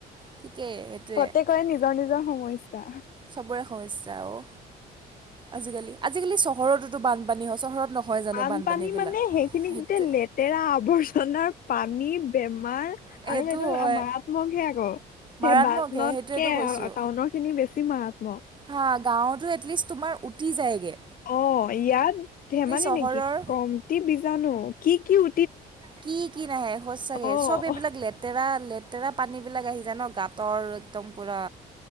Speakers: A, on the right (about 30°); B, on the left (about 55°).
A: ঠিকেই সেইটোৱে
B: প্ৰত্যেকৰে নিজৰ-নিজৰ সমস্যা।
A: চবৰে সমস্যা অঁ, আজিকালি-আজিকালি চহৰতো বানপানী হয় চহৰত নহয় জানো
B: বানপানী
A: বানপানীবিলাক
B: মানে সেইখিনি
A: সেইটো
B: গোটেই লেতেৰা আৱৰ্জনাৰ পানী, বেমাৰ
A: সেইটো
B: আৰু এইটো
A: হয়
B: মাৰাত্মক হে আকৌ। সেই
A: মাৰাত্মকে
B: বানতকে
A: সেইটোৱেতো কৈছোঁ
B: টাউনৰ খিনি বেছি মাৰাত্মক।
A: হা গাঁৱতো এটলিষ্ট তোমাৰ উটি যায়গে।
B: অ ইয়াত ধেমালি
A: চহৰৰ
B: নেকি কমটি বিজাণু কি কি উ
A: কি কি নাহে সঁচাকে
B: অ'।
A: চব এইবিলাক লেতেৰা লে লেতেৰা পানী বিলাক আহি যায় ন গাঁতৰ একদম পুৰা।